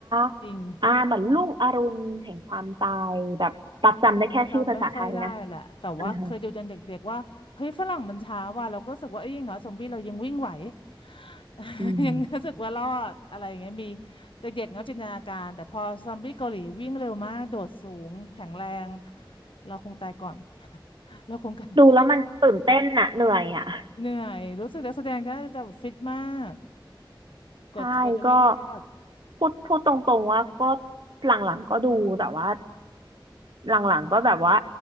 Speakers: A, on the right; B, on the left.
A: ๆอ่าเหมือนรุ่งอรุณแห่งความตายแบบตักจำได้แค่ชื่อภาษาไทยนะ
B: จริง อืมจำไม่ค่อยได้แหละแต่ว่าเคยดูตอนเด็กๆว่าเฮ้ยฝรั่งมันช้าว่ะเราก็รู้สึกว่าเอ้ยอย่างน้อยซอมบี้เรายังวิ่งไหว
A: อ่าฮะ
B: <laughs>
A: อืม
B: ยังรู้สึกว่ารอดอะไรอย่างเงี้ยมีเด็กๆเนาะจินตนาการแต่พอซอมบี้เกาหลีวิ่งเร็วมากโดดสูงแข็งแรงเราคงตายก่อน <laughs> เราคงกลาย
A: ดูแล้วมันตื่นเต้นน่ะเหนื่อยอ่ะ
B: เหนื่อยรู้สึกนักแสดงน่าจะฟิตมากกว่ากว่าจะวิ่งรอด
A: ใช่ก็พูดพูดตรงๆว่าก็หลังๆก็ดูแต่ว่าหลังๆก็แบบว่า